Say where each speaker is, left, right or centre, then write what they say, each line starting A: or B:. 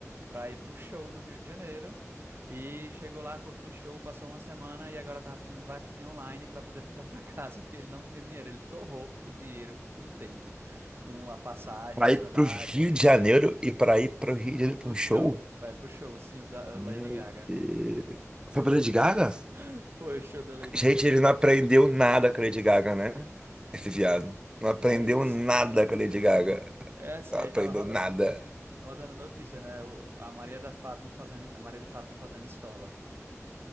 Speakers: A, on the right; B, on the right.
A: para ir para o show no Rio de Janeiro. E chegou lá, curtiu o show, passou uma semana e agora tava pedindo vaquinha online para poder <laughs> voltar para casa, que ele não tinha dinheiro. Ele torrou o dinheiro inteiro com a passagem,
B: para
A: a hospedagem,
B: ir pro Rio de
A: e o show.
B: Janeiro e pra ir pro Rio de Janeiro pra
A: O
B: um
A: show,
B: show?
A: vai pro show, sim, o da
B: Meu
A: Lady Gaga.
B: Deus. Foi pra Lady Gaga?
A: <laughs> Foi o show da Lady
B: Gente,
A: Gaga.
B: ele não aprendeu nada com a Lady Gaga, né? Esse viado. Não aprendeu
A: Que é isso,
B: nada
A: cara?
B: com a Lady Gaga.
A: É assim,
B: Não
A: aí
B: aprendeu
A: tava ro-
B: nada.
A: ro- rodando a notícia, né? O- A Maria da Fátima fazendo, a Maria de Fátima fazendo escola.